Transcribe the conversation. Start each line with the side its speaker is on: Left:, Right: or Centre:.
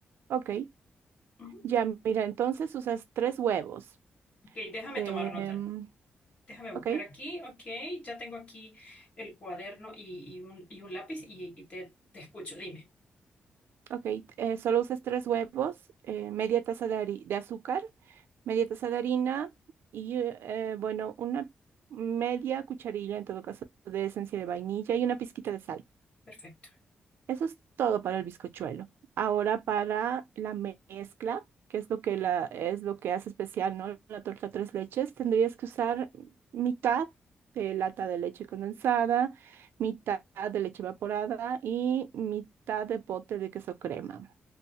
Right: ok.
Left: Ujú.
Right: Ya, mira, entonces usas tres huevos.
Left: Ok, déjame
Right: Em,
Left: tomar nota. Déjame buscar
Right: ok,
Left: aquí. Ok, ya tengo aquí el cuaderno y, y un, y un lápiz y, y te, te escucho. Dime.
Right: ok. eh, solo usas tres huevos, eh, media taza de, hari- de azúcar, media taza de harina y, eh, eh, bueno, una media cucharilla en todo caso de esencia de vainilla y una pizquita de sal.
Left: Perfecto.
Right: Eso es todo para el bizcochuelo. Ahora para la me- mezcla, que es lo que la, es lo que hace especial, ¿no? La torta tres leches, tendrías que usar mitad de lata de leche condensada, mitad de leche evaporada y mitad de pote de queso crema.